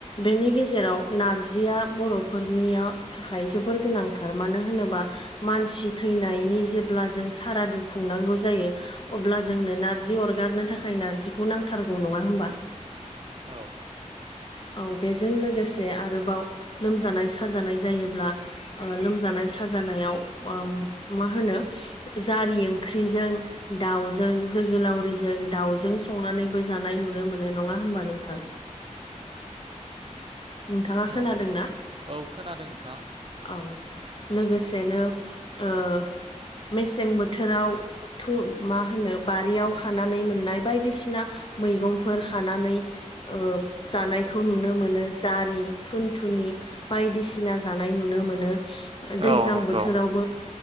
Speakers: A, on the left; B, on the right.
A: बेनि गेजेराव नार जिया बर'फोरनियाव थाखाय जोबोर गोनां थार। मानो होनोबा
B: औ नंगौ
A: मानसि थैनाय नि जेब्ला जों सारादु खुंनांगौ जायो अब्ला जोंनो नारजि अरगारनो थाखाय नारजिखौ नांथारगौ नङा होमबा?
B: औ
A: औ बेजों लोगोसे आरोबाव लोमजानाय साजानाय जायोब्ला ओ लोमजानाय साजानायाव अ मा होनो जारि ओंख्रिजों दावजों जोगोलावरिजों दाउजों संनानैबो जानाय नुनो मोनो नङा होमबा नोंथां? नोंथाङा
B: औ
A: खोनादोंना?
B: औ खोनादों नोंथां
A: औ लोगोसेनो ओ मेसें बोथोराव थु मा होनो बारियाव खानानै मोननाय बायदिसिना मैगंफोर खानानै ओ खौ नुनो मोन जारि थुन थुनि बायदिसिना जानाय नुनो मोनो
B: औ
A: दैज्लां
B: नंगौ
A: बोथोराव